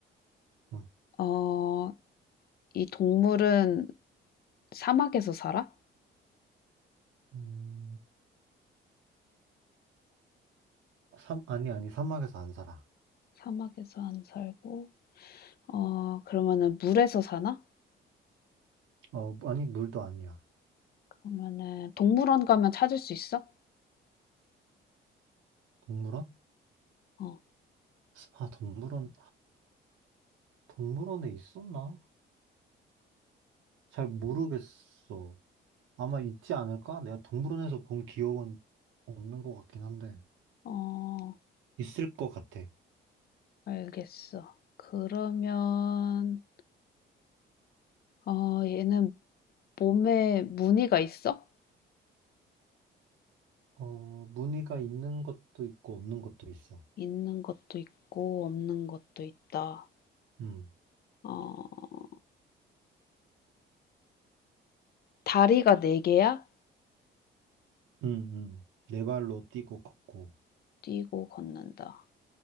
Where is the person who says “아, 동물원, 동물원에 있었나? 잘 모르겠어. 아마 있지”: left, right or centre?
Right